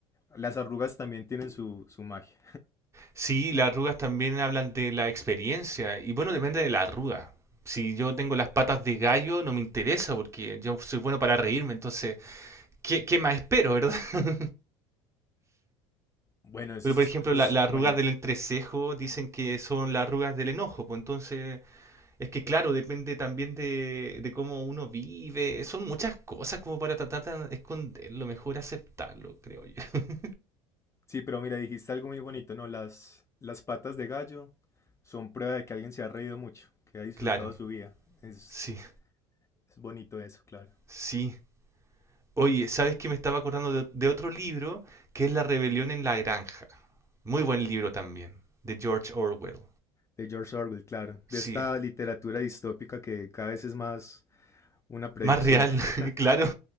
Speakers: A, on the left; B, on the right.
A: Las arrugas también tienen su, su magia.
B: Sí, las arrugas también hablan de la experiencia. Y bueno, depende de la arruga. Si yo tengo las patas de gallo, no me interesa porque yo soy bueno para reírme. Entonces, ¿Qué, qué más espero, verdad? <laughs>
A: Bueno, eso
B: Pero,
A: es,
B: por ejemplo,
A: eso
B: la-
A: es
B: las
A: bonito.
B: arrugas del entrecejo dicen que son las arrugas del enojo. Pues entonces, es que claro, depende también de, de cómo uno vive. Son muchas cosas como para tratar de esconderlo, mejor aceptarlo, creo yo. <laughs>
A: Sí, pero mira, dijiste algo muy bonito, ¿no? Las, las patas de gallo son prueba de que alguien se ha reído mucho, que ha disfrutado
B: Claro,
A: su vida. Es,
B: sí,
A: es bonito eso, claro.
B: sí. Oye, ¿sabes que me estaba acordando de, de otro libro que es La rebelión en la granja? Muy buen libro también, de George Orwell.
A: De George Orwell, claro.
B: Sí.
A: De esta literatura distópica que cada vez es más una predicción.
B: Más real,
A: <laughs>
B: <laughs> claro,